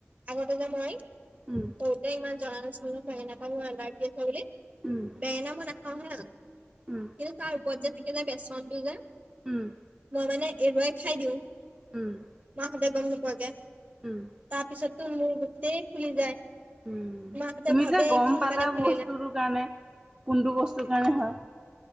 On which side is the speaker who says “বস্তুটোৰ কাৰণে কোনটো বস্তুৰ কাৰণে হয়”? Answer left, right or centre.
Right